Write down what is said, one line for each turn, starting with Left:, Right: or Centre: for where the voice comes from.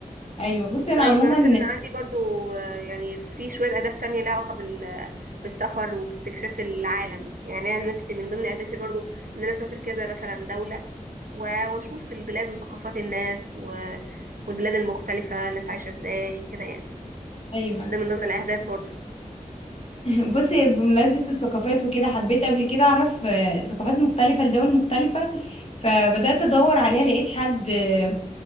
Left: ايوه بصي انا
Right: طيب
Left: عموما
Right: ما مثلا عندي برضو آه، يعني في شوية أهداف تانية ليها علاقة بال بالسفر واستكشاف العالم يعني أنا نفسي من ضمن أهدافي برضو إن أنا أسافر كذا مثلا دولة و- وأشوف البلاد وثقافات الناس و... والبلاد المختلفة الناس عايشة إزاي كده يعني
Left: ايوه
Right: ده من ضمن الأهداف برضو
Left: <laughs> بصي بمناسبة الثقافات وكده حبيت قبل كده اعرف آه، ثقافات مختلفة لدول مختلفة فبدأت ادور عليها لقيت حد آه،